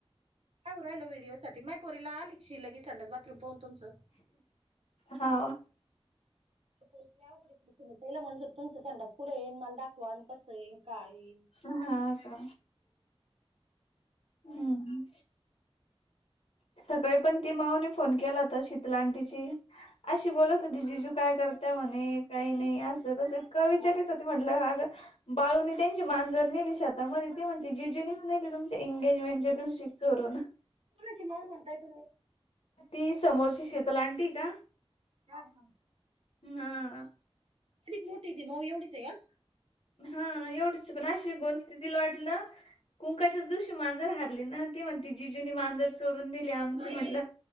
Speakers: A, on the right; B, on the left.
A: काय होऊ राहील व्हिडिओ साठी माया पोरीला आलीकी शी संडास बाथरूम पाहून तुमचं
B: हा
A: तिला म्हणस तुमचं संंडास कुढे येईन मला दाखवा आणि कसं येईन का येईन
B: हा का हम्
A: <inaudible>
B: सकाळी पण ती माऊने फोन केला होता शीतल आंटी शी अशी बोलत होती जिजू काय करताय म्हणे काही नाही असं तस इतकं विचारित होती म्हटलं अग बळून दे तीची मांजर नेली शेतामध्ये ती म्हणती जीजुनीच नेली तुमच्या एंगेजमेंटच्या दिवशी चोरून
A: कोणाची माऊ म्हणताय तुम्ही
B: ती समोरची शीतल आंटी हे का
A: हा हा
B: हा
A: कितीक मोठी ती माऊ एवढीच आहे का
B: हा एवढीसी पण आशी बोलती तिला वाटलं कुंकाच्याच दिवशी मांजर हारली ना ती म्हणती जिजुनी मांजर चोरुन नेली आमची
A: बाई,
B: म्हटलं